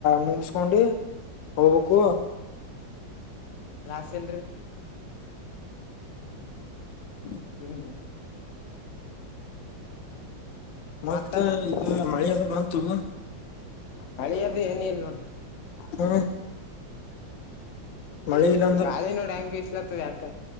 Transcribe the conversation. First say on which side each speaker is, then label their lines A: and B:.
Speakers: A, on the left; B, on the left.
A: ಮುಗಸ್ಕೊಂಡಿ ಹೋಗ್ಬೇಕು
B: ಲ್ಾಸ್ ಎಲ್ರರಿ
A: ಹ್ಮ
B: ಹ ಹ
A: ಮತ್ತೆ
B: ಮತ್ತ
A: ಇದು ಮಳೆಲ್ಲ ಬಂತು.
B: ಮಳಿ ಅದು ಏನ್ ಇಲ್ ನೋಡು
A: ಹ್ಮ ಮಳಿ ಇಲ್ಲಾಂದ್ರ
B: ಗಾಳಿ ನೋಡ ಹೆಂಗ ಬೀಸಲ್ತದ ಯಾಕ್